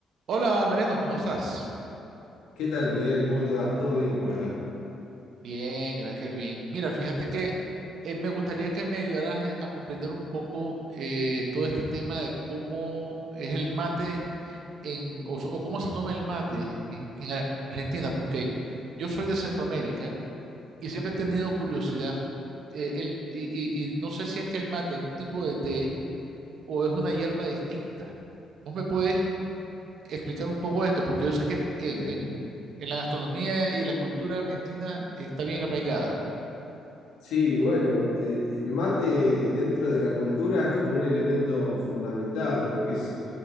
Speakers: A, on the right; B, on the left.
A: Hola Mariano, ¿cómo estás?
B: ¿Qué tal, Miguel? ¿Cómo te vas? ¿Todo bien por acá?
A: Bien, gracias, qué bien. Mira, fíjate que eh, me gustaría que me ayudaras a comprender un poco eh, todo este tema de cómo es el mate en, o, so- o cómo se toma el mate en, en Ar- Argentina, porque yo soy de Centroamérica y siempre he tenido curiosidad. Eh, el- y, y- y no sé si es que el mate es un tipo de té o es una hierba distinta. ¿Vos me puedes explicar un poco esto, porque yo sé que en,
B: Bien.
A: en- en la gastronomía y en la cultura argentina está bien arraigada.
B: Sí, bueno, el, el mate dentro de la cultura es como un elemento fundamental porque es,